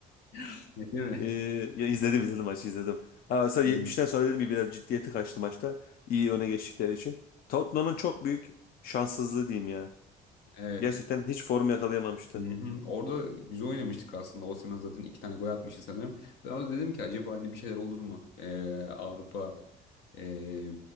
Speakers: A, on the left (about 80°); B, on the left (about 60°).
A: atmış değil mi?
B: Ee,
A: <laughs>
B: ya izledim izledim maçı izledim. Aa, mesela
A: Hmm.
B: 70'ten sonra dedim ki biraz ciddiyeti kaçtı maçta. İyi öne geçtikleri için. Tottenham'ın çok büyük şanssızlığı diyeyim ya.
A: Evet.
B: Gerçekten hiç form yakalayamamıştı.
A: Hı hı. Orada güzel oynamıştık aslında. Osimhen zaten iki tane gol atmıştı sanırım. Ben orada dedim ki acaba hani bir şeyler olur mu? Ee, Avrupa e,